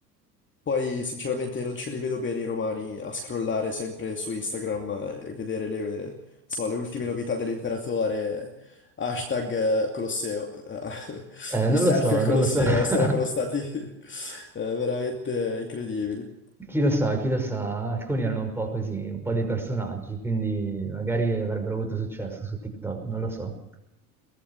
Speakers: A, on the left; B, in the centre.
A: Poi sinceramente non ce li vedo bene i romani a scrollare sempre su Instagram e vedere le, so, le ultime novità dell'imperatore, hashtag eh, Colosseo, eh,
B: Eh, non
A: <laughs> i selfie
B: lo so,
A: al Colosseo
B: non lo so. <laughs>
A: sarebbero stati <laughs> eh, veramente incredibili.
B: Chi lo sa, chi lo sa, alcuni erano un po' così, un po' dei personaggi, quindi magari avrebbero avuto successo su TikTok, non lo so.